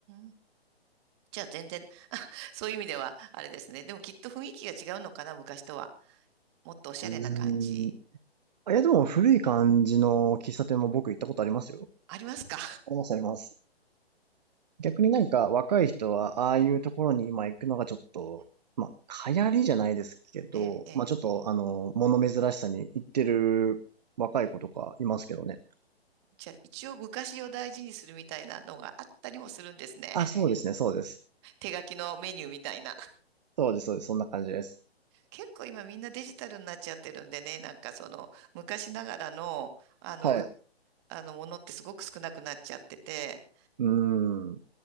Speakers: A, on the right; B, on the right.
A: ん。じゃあ全然、そういう意味ではあれですね。でもきっと雰囲気が違うのかな、昔とは。もっとおしゃれな感じ。
B: うーん。あいや、でも古い感じの喫茶店も僕行ったことありますよ。
A: ありますか
B: あります、あります。逆になんか若い人はああいうところに今行くのがちょっと、まあ流行りじゃないですけど、
A: <laughs> ええ、ええ。
B: まあちょっとあの、物珍しさに行ってる若い子とかいますけどね。
A: じゃあ一応昔を大事にするみたいなのがあったりもするんですね。
B: あ、そうですね、そうです。
A: 手書きのメニューみたいな。
B: そうです、そうです。そんな感じです。
A: 結構今みんなデジタルになっちゃってるんでね、なんかその昔ながらの、あの、
B: はい。
A: う
B: う
A: あのものってすごく少なくなっちゃってて、
B: ーん。